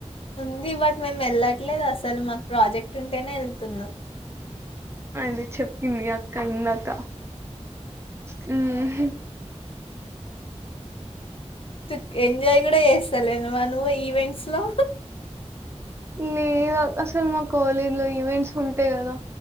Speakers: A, on the left; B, on the right.
A: ఉంది బట్ మేము యెళ్ళట్లేదు అసలు మాకు ప్రాజెక్ట్ ఉంటేనే వెళ్తున్నాం
B: అది చెప్పింది ఈ అక్క ఇందాక హ్మ్ హు
A: ఏ ఎంజాయ్ కూడా చేస్తలేను మా నువ్వు ఈవెంట్స్ లో
B: లేదు అసలు మా కాలేజ్ లో ఈవెంట్స్ ఉంటే కదా